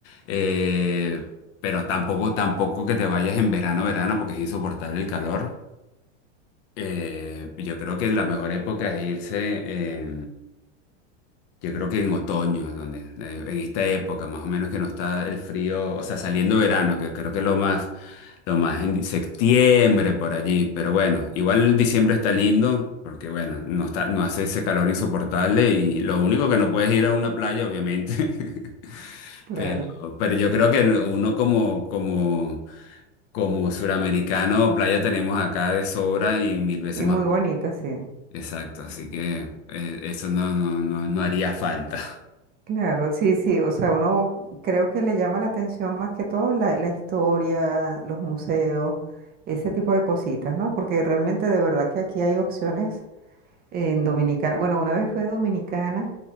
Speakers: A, on the left; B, on the right.
A: eh, pero tampoco, tampoco que te vayas en verano, verano, porque es insoportable el calor. Eh, yo creo que la mejor época es irse. eh, yo creo que en otoño, donde, eh, en esta época, más o menos que no está el frío, o sea, saliendo verano, que creo que es lo más, lo más en septiembre por allí. Pero bueno, igual diciembre está lindo, porque bueno, no está, no hace ese calor insoportable y lo único que no puedes ir a una playa, obviamente. <laughs>
B: claro,
A: Pero, pero yo creo que uno como, como, como suramericano, playa tenemos acá de sobra y mil veces
B: y
A: más.
B: muy bonita, sí,
A: Exacto, así que eh, eso no, no, no, no haría falta.
B: claro, sí, sí, o sea, uno creo que le llama la atención más que todo la, la historia, los museos, ese tipo de cositas, ¿no? Porque realmente de verdad que aquí hay opciones en Dominicana. Bueno, una vez fui a Dominicana.